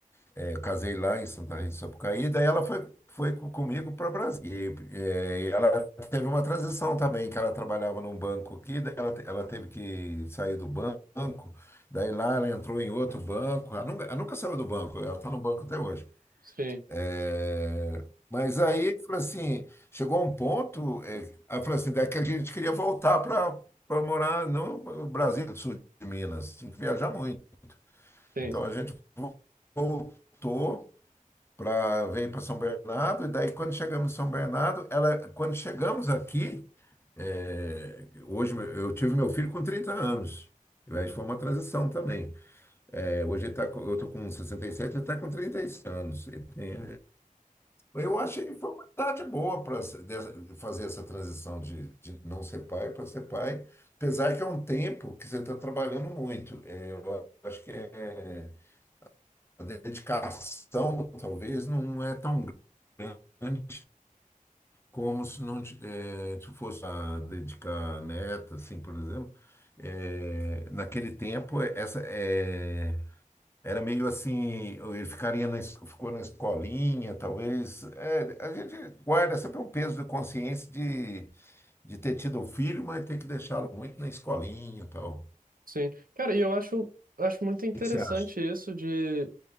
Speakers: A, on the left; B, on the right.
A: Eu casei lá em Santa Rita do Sapucaí, daí ela foi, foi co- comigo para o Brasil. E, eh, e ela teve uma transição também, que ela trabalhava num banco aqui, daí ela, te- ela teve que sair do banco, daí lá ela entrou em outro banco. Ela nunca, ela nunca saiu do banco, ela está no banco até hoje.
B: sim,
A: Eh, mas aí, falou assim, chegou um ponto, eh, ela falou assim, daqui a gente queria voltar para para morar no Brasil, sul de Minas, tinha que viajar muito.
B: sim.
A: Então a gente voltou para veio para São Bernardo e daí quando chegamos em São Bernardo, ela quando chegamos aqui, é, hoje meu- eu tive meu filho com 30 anos. E aí foi uma transição também. É, hoje ele tá, com- eu estou com 67, ele está com 36 anos. Ele tem- eu achei que foi uma idade boa para fazer essa transição de, de não ser pai para ser pai, apesar que é um tempo que você está trabalhando muito. É, eu acho que é a dedicação talvez não é tão grande como se não ti- eh, se fosse a dedicar a neta, assim, por exemplo. Eh, naquele tempo, eh, essa eh, era meio assim, ele ficaria na, es- ficou na escolinha, talvez. É, a gente guarda sempre um peso da consciência de, de ter tido o filho, mas ter que deixá-lo muito na escolinha e tal. O
B: Sim. Cara, e eu acho, acho muito interessante
A: que que você acha?
B: isso de.